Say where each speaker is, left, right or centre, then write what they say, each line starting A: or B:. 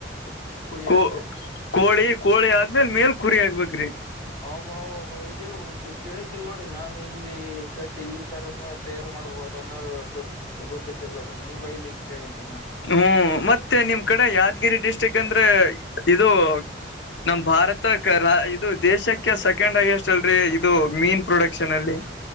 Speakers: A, on the left; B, on the left.
A: ಕು ಕುರಿ
B: ಕೋ
A: ಏನ್ರಿ
B: ಕೋಳಿ ಕೋಳಿ ಆದ್ಮೇಲೆ ಮೇಲ್ ಕುರಿ ಆಕ್ಬೇಕ್ರಿ,
A: ಹಬ್ಬಬ್ಬಾ ಇದೇ ಕೇಳಿದ್ದಲ್ ನೋಡ್ರಿ ನಾನು ಇಲ್ಲಿ ಶೇಡ್ ಈ ತರನ ತಯಾರು ಮಾಡ್ಬಹದ ಅನ್ನೋದು ಗೊ ಗೊತ್ತಿದ್ದಿಲ್ಲ ನೋಡ್ರಿ ನಿಮ ಬಾಯಿಲಿ ಕೇಳಿನ್ ನಾನು
B: ಹ್ಮ್, ಮತ್ತೆ ನಿಮ್ ಕಡೆ ಯಾದಗಿರಿ ಡಿಸ್ಟ್ರಿಕ್ ಅಂದ್ರೆ ಇದು- ನಮ ಭಾರತ ಇದು ದೇಶಕ್ಕೆ ಸೆಕೆಂಡ್ ಹೈಯೆಸ್ಟ್ ಅಲ್ರಿ ಇದು ಮೀನ್ ಪ್ರೊಡಕ್ಷನ್ ಅಲ್ಲಿ